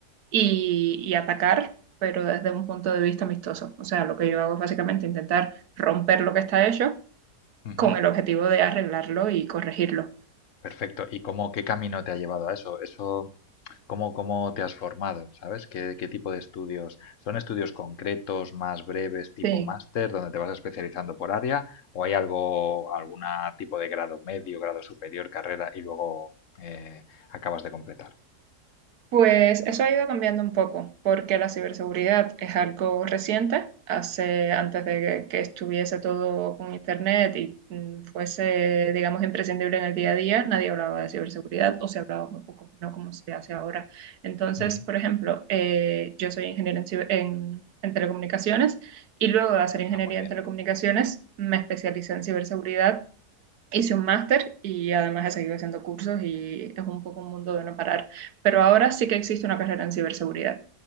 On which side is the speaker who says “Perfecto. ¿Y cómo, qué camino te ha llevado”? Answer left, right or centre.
Left